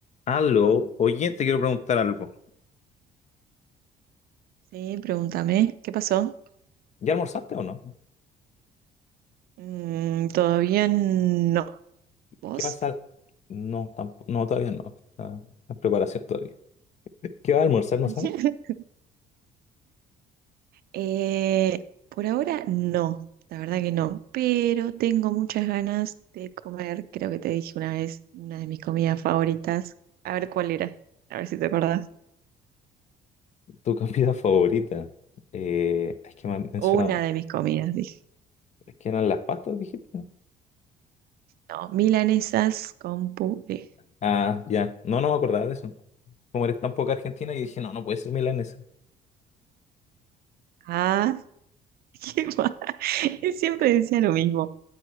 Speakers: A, on the left; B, on the right.
A: Aló, oye, te quiero preguntar algo.
B: Sí, pregúntame, ¿qué pasó?
A: ¿Ya almorzaste o no?
B: Mm, todavía no. ¿Vos?
A: ¿Qué vas a...? No, tampoco, no, todavía no. Está en preparación todavía. ¿Qué vas a almorzar, no
B: <laughs>
A: sabes?
B: Eh, por ahora no, la verdad que no, pero tengo muchas ganas de comer, creo que te dije una vez, una de mis comidas favoritas. A ver cuál era, a ver si te acordás.
A: ¿Tu comida favorita? Eh, es que me han mencionado,
B: Una de mis comidas, dije.
A: es que eran las pastas, dijiste. ¿no?
B: No, milanesas con puré.
A: Ah, ya. No, no me acordaba de eso. Como eres tan poca argentina, yo dije, no, no puede ser milanesa.
B: Ah, <laughs> qué mal. Siempre decía lo mismo.